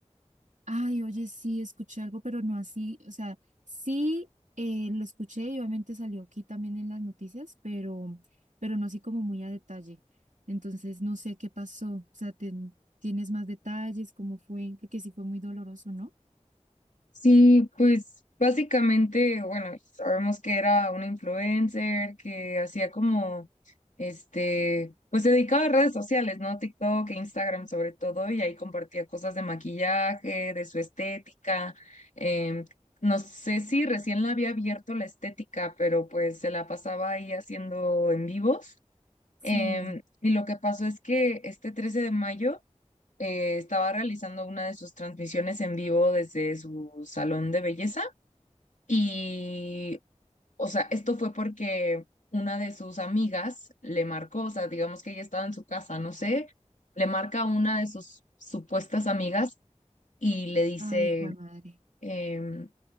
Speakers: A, on the right; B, on the left.
A: Ay, oye, sí, escuché algo, pero no así. O sea, sí eh, lo escuché y obviamente salió aquí también en las noticias, pero, pero no así como muy a detalle. Entonces, no sé qué pasó. O sea, ten- ¿tienes más detalles? ¿Cómo fue? Porque sí fue muy doloroso, ¿no?
B: Sí, pues básicamente, bueno, sabemos que era una influencer que hacía como, este, pues se dedicaba a redes sociales, ¿no? TikTok e Instagram sobre todo, y ahí compartía cosas de maquillaje, de su estética. em, no sé si recién la había abierto la estética, pero pues se la pasaba ahí haciendo en vivos.
A: Sí.
B: em, y lo que pasó es que este 13 de mayo eh, estaba realizando una de sus transmisiones en vivo desde su salón de belleza y, o sea, esto fue porque una de sus amigas le marcó, o sea, digamos que ella estaba en su casa, no sé, le marca a una de sus supuestas amigas y le dice,
A: Ay, jue madre.
B: em,